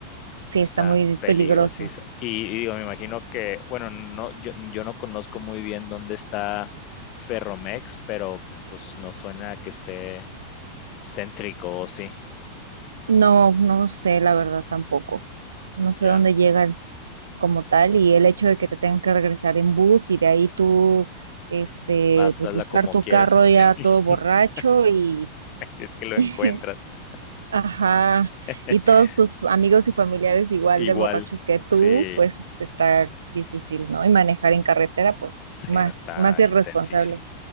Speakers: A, on the right; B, on the left.
A: sí,
B: Está
A: está muy
B: peligrosísima.
A: peligroso.
B: Y, y digo, me imagino que, bueno, no, yo, yo no conozco muy bien dónde está Ferromex, pero pues no suena que esté céntrico, o sí.
A: No, no sé, la verdad tampoco. No sé
B: Ya,
A: dónde llegan como tal y el hecho de que te tengan que regresar en bus y de ahí tú, este,
B: hasta
A: pues buscar
B: la como
A: tu
B: quieras.
A: carro ya
B: <laughs>
A: todo borracho y
B: Si es que lo
A: <laughs>
B: encuentras.
A: Ajá,
B: <laughs>
A: y todos tus amigos y familiares igual
B: Igual,
A: de borrachos que tú,
B: sí,
A: pues está difícil, ¿no? Y manejar en carretera, pues
B: sí,
A: más,
B: no está
A: más irresponsable.
B: intensísimo.